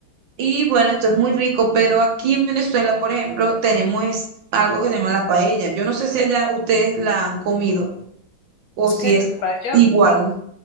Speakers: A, on the right; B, on the left.
A: Y bueno, esto es muy rico, pero aquí en Venezuela, por ejemplo, tenemos es- algo que se llama la paella. Yo no sé si allá ustedes la han comido o
B: Es
A: si
B: que
A: es
B: la paella,
A: igual.